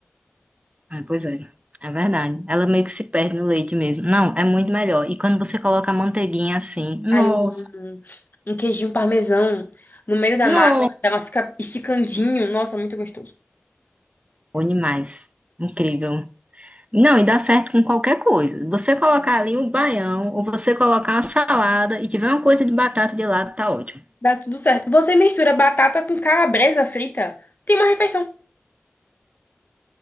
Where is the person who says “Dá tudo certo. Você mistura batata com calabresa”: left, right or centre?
Left